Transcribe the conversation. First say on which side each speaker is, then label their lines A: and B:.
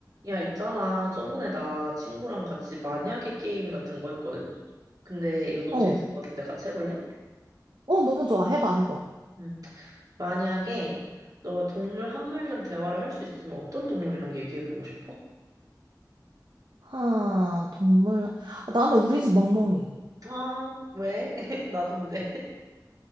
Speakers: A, on the right; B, on the right.
A: 야, 있잖아. 저번에 나 친구랑 같이 만약에 게임 같은 거 했거든? 근데 이거 너무
B: 어,
A: 재밌을 것 같은데 같이 해볼래?
B: 어, 너무 좋아. 해봐, 해봐.
A: 응. 만약에 너가 동물 한 마리랑 대화를 할 수 있으면 어떤 동물이랑 얘기해보고 싶어?
B: 하, 동물. 아, 나는 우리 집 멍멍이.
A: 아, 왜? <laughs> 나돈데.